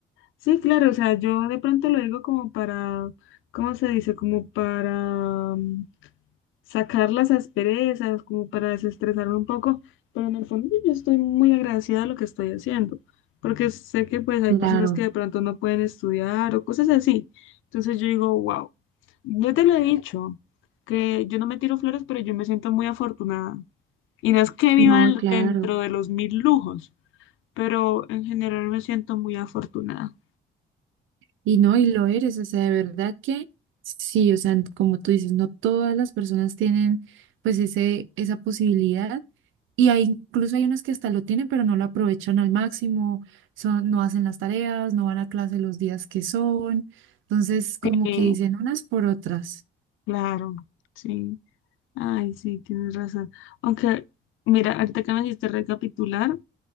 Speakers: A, on the left; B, on the right.
A: sí, claro, o sea, yo de pronto lo digo como para, ¿cómo se dice? Como para mm, sacar las asperezas, como para desestresarme un poco, pero en el fondo yo estoy muy agradecida de lo que estoy haciendo, porque sé que pues hay
B: Claro,
A: personas que de pronto no pueden estudiar o cosas así. Entonces yo digo, wow, yo te lo he dicho, que yo no me tiro flores, pero yo me siento muy afortunada. Y no es que viva
B: no,
A: el-
B: claro.
A: dentro de los mil lujos, pero en general me siento muy afortunada.
B: Y no, y lo eres. O sea, de verdad que sí, o sea, como tú dices, no todas las personas tienen pues ese, esa posibilidad. Y hay, incluso hay unos que hasta lo tienen, pero no lo aprovechan al máximo, son, no hacen las tareas, no van a clase los días que son. Entonces, como
A: Eh,
B: que dicen unas por otras.
A: claro, sí. Ay, sí, tienes razón. Aunque, mira, ahorita que me hiciste recapitular,